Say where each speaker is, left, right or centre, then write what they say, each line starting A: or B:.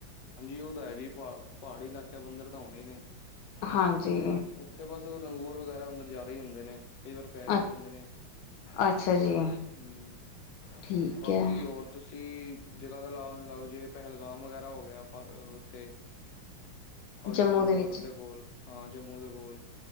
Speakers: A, on the left; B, on the left.
A: ਹਾਂਜੀ ਉਹ ਤਾਂ ਹੈ ਜੀ ਪਹ ਪਹਾੜੀ ਇਲਾਕਾ ਬੰਦਰ ਤਾਂ ਹੋਣੇ ਹੀ ਨੇ।
B: ਹਾਂਜੀ।
A: ਹਮ ਉੱਥੇ ਬਸ ਉਹ ਲੰਗੂਰ ਵਗੈਰਾ ਓਧਰ ਜਾ ਰਹੇ ਹੀ ਹੁੰਦੇ ਨੇ। ਕਈ ਵਾਰ ਪੈ ਵੀ
B: ਅੱ
A: ਜਾਂਦੇ ਨੇ
B: ਅੱਛਾ ਜੀ
A: ਹੂੰ
B: ਠੀਕ
A: ਬਾਕੀ
B: ਹੈ
A: ਹੋਰ, ਤੁਸੀਂ ਜਗ੍ਹਾ ਦਾ ਲਾ-ਲਾ ਲਓ ਜਿਵੇਂ ਪਹਿਲਗਾਮ ਵਗੈਰਾ ਹੋ ਗਿਆ। ਉੱਥੇ, ਪਾਕਿਸਤਾਨ
B: ਜੰਮੂ
A: ਦੇ ਬੋਡਰ
B: ਵਿੱਚ
A: ਦੇ ਕੋਲ ਹਾਂ ਜੰਮੂ ਦੇ ਕੋਲ।